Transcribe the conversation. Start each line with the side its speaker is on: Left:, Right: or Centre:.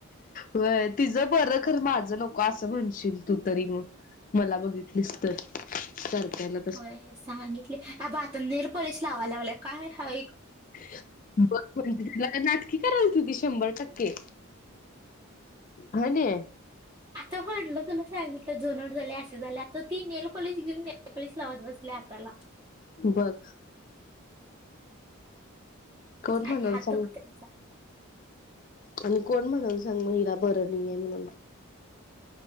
Left: व्हय. तिच बर खर माझं नको असं म्हणशील तू तरी मग. मला बघितलीस तर. <unintelligible> त्याला
Right: मला हे सांगितले. आता आपण नेर पॉलिश लावाय लागले. काय हा -
Left: <unintelligible> कि करायल तु ती शंभर टक्के. ह न.
Right: त म्हणलं का नाई सांगितलं जुनं झाल. अस झालय आता- ती नेलपॉलीश घेऊन नेलपॉलिश लावत बसली हाताला.
Left: बघ. कोण म्हणाल
Right: आणि हात
Left: सांग?
Right: दुखतायचा
Left: आणि कोण म्हणाल सांग. म हिला बर नाहीये म्हणून.